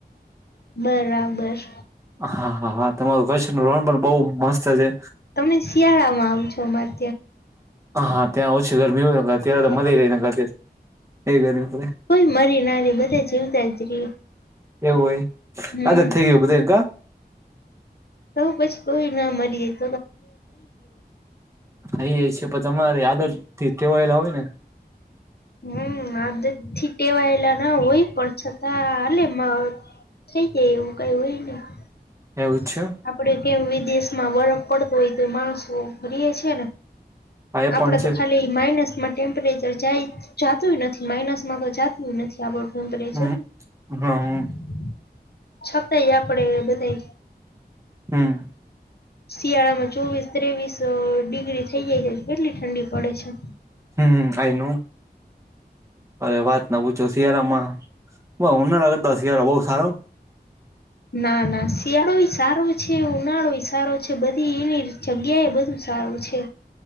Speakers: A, on the left; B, on the right.
A: બરાબર <inaudible>
B: હા હા હા <inaudible> કચ્છનું રણ પણ બહુ મસ્ત છે.
A: તમે, શિયાળા માં આવજો?, અમારે
B: હા ત્યાં ઓછી ગરમી હોય અત્યારે
A: ત્યાં
B: તો મરી રહી અત્યારે એ ગરમી પડે
A: કો મરી ના જાય બધા જીવતા. <inaudible>
B: એવું હોય
A: હમ.
B: આજ જ થઈ ગયું? બધા.
A: તો પછી કોઈ ના મરી એ જ.
B: અય એ છે પણ તમારે આદત થી ટેવા યેલા હોય ને.?
A: હમ આ. થી ટેવાયેલા ના હોય? પણ. છતાં આલેમાં. થઈ જાય એવું કઈ હોય. ને <inaudible>
B: એવું જ છે
A: આપડે કેમ. દેશમાં બરફ પડતો હોય તો માણસ <inaudible> રય છે ને
B: હા એ પણ
A: આપડે
B: છે
A: તો ખાલી માઇનસ માટે. ટેમ્પરેચર જાય જાતું નથી. માઇનસ માં તો જાતું નથી આપડ. ટેમપરેચ
B: હમ હમ
A: <inaudible> છતાય આપડે બધાય
B: હમ્મ.
A: શિયાળા માં ચોવીસ ત્રેવીસ ડિગ્રી થઈ જાય છે તો કેટલી ઠંડી પડે છે.
B: હમ્મ આઈનો અરે વાત ના પૂછો શિયાળામાં <unintelligible> ઉનાળા કરતાં શિયાળો બોવ સારો
A: ના ના શિયાળો ઈ સારો છે ઉનાળો ઈ સા રો છે બધી એની જગ્યા એ બધું સારું છે.